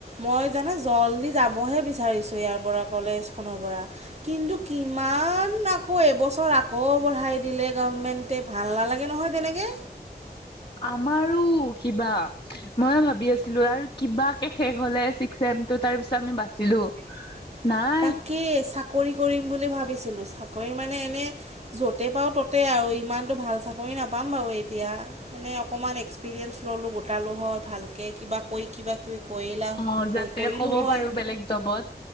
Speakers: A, on the right; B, on the left.
A: মই জানা জল্দি যাবহে বিচাৰিছোঁ ইয়াৰ পৰা, কলেজখনৰ পৰা। কিন্তু কিমান আকৌ এবছৰ আকৌ বঢ়াই দিলে গৰ্ভমেণ্ট তে, ভাল নালাগে নহয় তেনেকে।
B: আমাৰো কিবা, ময়ো ভাবি আছিলো আৰু কিবাকে শেষ হ'লে চি ছেপ দুটাৰ পিছে আমি বাছিলো।
A: <inaudible>
B: নাই।
A: কি, চাকৰি কৰিম বুলি ভাবিছিলো, চাকৰি মানে এনে য'তে পাওঁ ত'তে আৰু ইমানটো ভাল চাকৰি নাপাম বাৰু এতিয়া। মানে অকমান এক্সপিৰিয়েঞ্চ ল'লোঁ গোটালোঁ হয় ভালকে, কিবা কয়ি কিবা কিবি। কৰিলাং,
B: অ
A: ক-কৰিলোঁ
B: যাতে ক'ব
A: হয়।
B: পাৰো বেলেগ জবত।